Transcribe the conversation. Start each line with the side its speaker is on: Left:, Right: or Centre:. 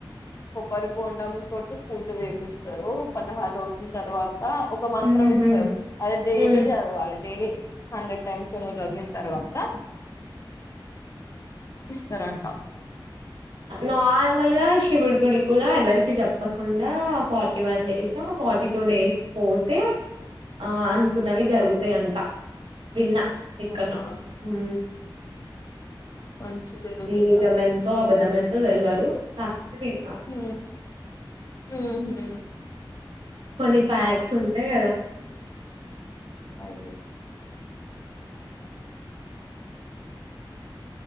Left: కొబ్బరి బొండం తోటి పూజ చేపిస్తారు పదహారు రోజుల తర్వాత ఆ ఒక మంత్రం
Right: ఉహు
Left: ఇస్తారు అది డైలీ
Right: ఉమ్
Left: చదవాలి డైలీ హండ్రెడ్ టైమ్స్ నువ్వు చదివిన్ తర్వాత ఇస్తారంట
Right: నార్మల్ గా శివుడి గుడి కూడా ఎవరికి చెప్పకుండా forty one days forty two days పోతే ఆ అనుకున్నవి జరుగుతాయి అంట విన్నా ఎక్కనో
Left: అవునా
Right: ఊ
Left: మంచి జరుగుతే
Right: నిజమెంతో
Left: చాలు
Right: అబద్ధం ఎంతొ తెల్వదు విన్నాను
Left: ఊ ఊహు
Right: కొన్ని ఫాక్ట్స్ ఉంటాయి కదా
Left: అవును